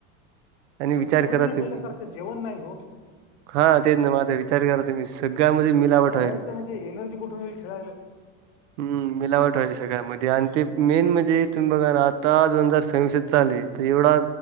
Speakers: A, on the right; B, on the left.
A: आणि विचार
B: आव जेवण
A: करा
B: नाही
A: तुम्ही
B: पहिलं सर ते जेवण नाही हो.
A: हा तेच ना माता विचार करा तुम्ही सगळ्यामध्ये मिलावट
B: खेळायचं
A: हाईत.
B: म्हणजे एनर्जी कुठून येईल खेळायला
A: हम् मिलावट हाय सगळ्यामध्ये आणि ते मेन म्हणजे तुम्ही बघा राह. आता दोन हजार सव्वीस चालली तर एवढा